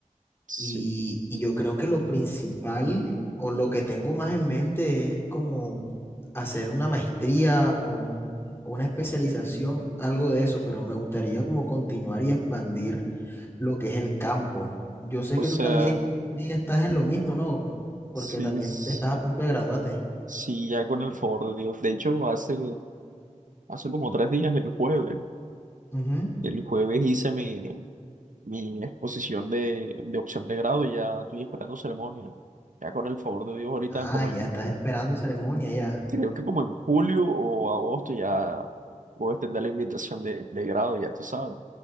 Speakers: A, on the right; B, on the left.
A: Sí,
B: Y, y yo creo que lo principal o lo que tengo más en mente es como hacer una maestría o, un- o una especialización, algo de eso, pero me gustaría como continuar y expandir lo que es el campo. Yo sé
A: o
B: que
A: sea,
B: tú también estás en lo mismo, ¿no? Porque
A: sí,
B: también
A: s-
B: estás a punto de graduarte.
A: sí, ya con el favor de Dios. De hecho, hace, hace como tres días, el jueves,
B: Ujú.
A: el jueves hice mi, mi exposición de, de opción de grado y ya estoy esperando ceremonia. Ya con el favor de Dios, ahorita
B: Ah,
A: como
B: ya
A: en,
B: estás esperando ceremonia, ya.
A: creo que como en julio o agosto ya voy a extender la invitación de, de grado, ya tú sabes.